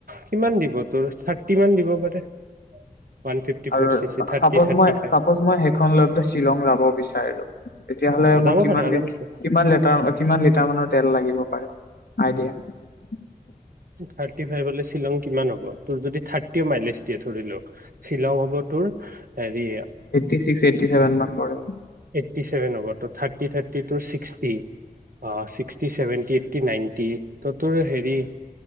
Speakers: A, on the right; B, on the left.
A: কিমান দিব তোৰ থাৰ্টি মান দিব পাৰে। ওৱান ফিফটি ফাইভ
B: আৰু আৰু
A: চি চি থাৰ্টি
B: চাপচ
A: থাৰ্টি
B: মই
A: ফাইভ
B: চাপচ মই সেইখন লৈ শ্বিলং যাব বিচাৰিলো তেতিয়াহলে
A: অ
B: মই
A: যাব
B: কিমান
A: পাৰো আৰামছে
B: লি কিমান লেটাৰ কিমান লিটাৰ মানৰ তেল লাগিব পাৰে। আইদিয়া।
A: থাৰ্টি ফাইভ হলে শ্বিলং কিমান হ'ব তোৰ যদি থাৰ্টি মাইলেজ দিয়ে ধৰিলো শ্বিলং হ'ব তোৰ। হেৰি
B: এইটি ছিক্স এইটি ছেভেন মান পৰে।
A: ফ্ৰিপটি চেভেন হ'ব ত' thirty thirty two sixty sixty seventy eighty ninety ত'। তোৰ হেৰি